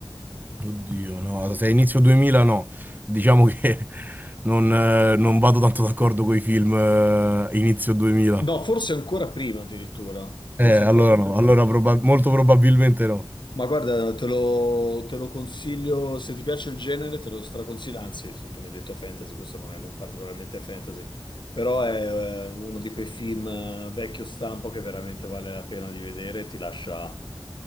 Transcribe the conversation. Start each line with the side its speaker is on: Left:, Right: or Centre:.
Right: Oddio, no, se è inizio 2000 no. Diciamo che <laughs> non, eh, non vado tanto d'accordo con i film eh, inizio 2000.
Left: No, forse ancora prima addirittura. Forse
Right: Eh, allora
Left: ancora.
Right: no, allora proba- molto probabilmente no.
Left: Ma guarda, te lo, te lo consiglio, se ti piace il genere, te lo straconsiglio, anzi, tu mi hai detto fantasy, questo non è particolarmente fantasy, però è eh, uno di quei film eh, vecchio stampo che veramente vale la pena di vedere, ti lascia